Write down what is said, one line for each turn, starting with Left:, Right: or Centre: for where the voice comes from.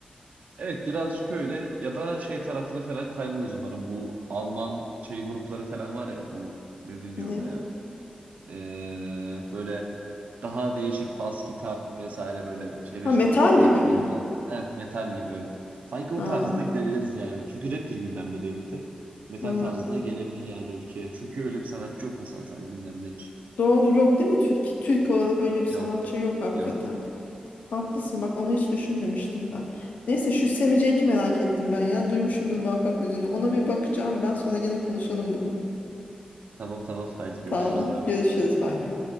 Right: evet birazcık öyle ya da şey tarafına falan kaymayız umarım. Bu Alman şey grupları falan var ya bu ne deniyor
Left: Ne?
Right: ona ya? Ee, böyle daha değişik bas gitar vesaire böyle şeyle
Left: Ha
Right: çalıyorlar.
Left: metal
Right: Elektro
Left: gibi mi?
Right: gitar. Heh, metal gibi evet. Sanki o
Left: Ha,
Right: tarzda da gidebiliriz yani. Çünkü rap de gündemde değildi. Metal
Left: ha.
Right: tarzı da gelebilir yani ülkeye. Çünkü öyle bir sanatçı yok mesela şu an gündemde hiç.
Left: Doğru yok değil mi? Türk, Türk olarak öyle bir
Right: Yok
Left: sanatçı yok hakikaten.
Right: yok.
Left: Haklısın bak onu hiç düşünmemiştim ben. Neyse şu Semi merak ettim ben ya. Duymuşumdur muhakkak müziğini. Ona bir bakacağım ben sonra gene konuşalım bunu.
Right: Tamam tamam haydi görüşürüz
Left: Tamam
Right: bay bay.
Left: görüşürüz bay bay.